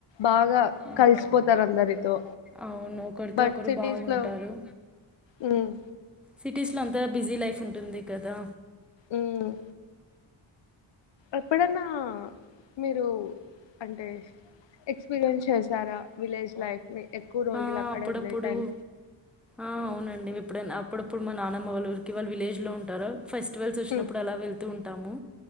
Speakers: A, on the left; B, in the centre.
A: బాగా
B: ఆ,
A: కలిసిపోతారు అందరితో
B: అవును ఒకరితో
A: బట్
B: ఒకరు
A: సిటీస్
B: బాగుంటారు
A: లో ఉమ్
B: సిటీస్ లో అంతగా బిజీ లైఫ్ ఉంటుంది కదా
A: ఉమ్ ఎప్పుడన్నా మీరు అంటే ఎక్స్పీరియన్స్ చేసారా విలేజ్ లైఫ్ ని ఎక్కువ రోజులు
B: ఆ
A: అక్కడే
B: అప్పుడప్పుడు
A: ఉండే టైం
B: ఆ అవునండి ఎప్పుడైనా అప్పుడప్పుడు మా నానమ్మ వాళ్ళ ఊరికి వాళ్ళు విలేజ్లో ఉంటారు ఫెస్టివల్స్ వచ్చినప్పుడు
A: ఉమ్
B: అలా వెళ్తూ ఉంటాము